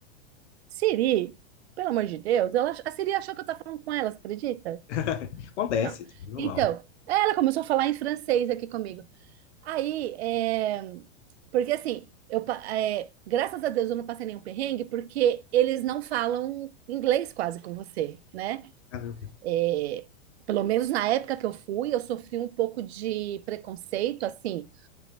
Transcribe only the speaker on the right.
Siri, pelo amor de Deus, ela, a Siri achou que eu estava falando com ela, você acredita?
Não.
Então, ela começou a falar em francês aqui comigo. Aí, é, porque assim, eu, pa- é, graças a Deus eu não passei nenhum perrengue, porque eles não falam inglês quase com você, né?
é, pelo menos na época que eu fui, eu sofri um pouco de preconceito, assim.